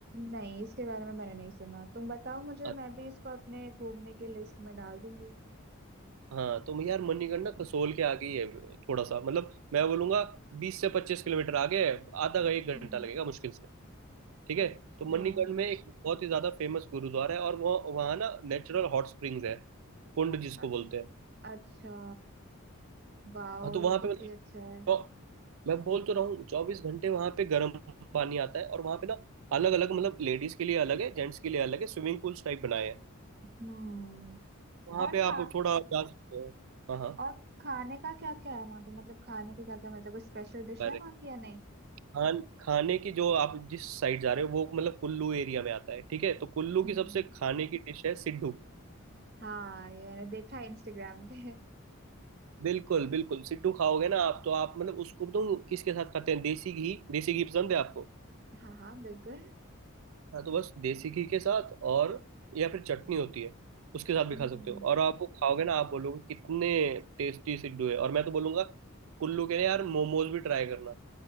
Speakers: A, on the right (about 45°); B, on the right (about 70°).
A: नहीं इसके बारे में मैंने नहीं सुना तुम बताओ मुझे
B: हाँ
A: मैं भी इसको अपने घूमने की लिस्ट में डाल दूंगी
B: हाँ, तो मैं यार मणिकर्ण ना कसोल के आगे ही है थोड़ा सा मतलब मैं बोलूंगा बीस से पच्चीस किलोमीटर आगे है आधा का एक
A: हम्म,
B: घंटा लगेगा मुश्किल से ठीक
A: अच्छा
B: है तो मणिकर्ण में एक बहुत ही ज्यादा फेमस गुरुद्वारा है और वह वहाँ ना नेचुरल हॉट स्प्रिंग्स है कुंड जिसको
A: अ-
B: बोलते हैं
A: अच्छा वाओ
B: हाँ तो
A: ये
B: वहाँ पे
A: कितनी
B: मतलब
A: अच्छा है
B: चौ- मैं बोल तो रहा हूँ चौबीस घंटे वहाँ पे गर्म पानी आता है और वहाँ पे ना अलग अलग मतलब लेडीज के लिए अलग है जेंट्स के लिए अलग है स्विमिंग पूल्स टाइप बनाए हैं
A: हम्म
B: वहाँ
A: और
B: पे आप
A: खा
B: थोड़ा जा सकते हो हाँ हाँ
A: और खाने का क्या क्या है वहां पे मतलब खाने को क्या क्या मिलता है कोई स्पेशल डिश
B: अरे
A: है वहां की या नहीं
B: खान खाने की जो आप जिस साइड जा रहे हो वो मतलब कुल्लू एरिया में आता है ठीक है तो कुल्लू
A: हम्म
B: की सबसे खाने की डिश है सिड्डू
A: हाँ ये मैंने देखा है इंस्टाग्राम पे
B: बिल्कुल बिल्कुल सिड्डू खाओगे ना आप तो आप मतलब उसको बताऊं किसके साथ खाते हैं देसी घी देसी घी पसंद है आपको
A: <laughs> हाँ हाँ बिल्कुल
B: हाँ तो बस देसी घी के साथ और या फिर चटनी होती है उसके साथ भी
A: हम्म
B: खा सकते हो और आप वो खाओगे ना आप बोलोगे कितने टेस्टी सिड्डू है और मैं तो बोलूंगा कुल्लू के ना यार मोमोज भी ट्राई करना